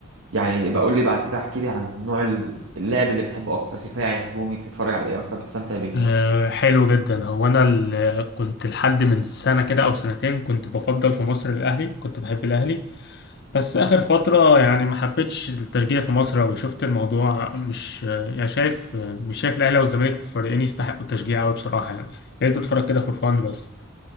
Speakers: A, on the right; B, on the left.
A: يعني بقول لي بعد كده احكي لي عن نوع ال- اللعب اللي بتحبه اكتر دفاعي هجومي بتتفرج على ايه اكتر بتستمتع بيه
B: أه حلو جدا هو انا ال- كنت لحد من سنه كده او سنتين كنت بفضل في مصر الاهلي كنت بحب الاهلي بس اخر فتره يعني ما حبيتش التشجيع في مصر أوي شفت الموضوع مش آه، يعني شايف آه، مش شايف الاهلي والزمالك فريقين يستحقوا التشجيع قوي بصراحه يعني بقيت بتفرج كده فور فان بس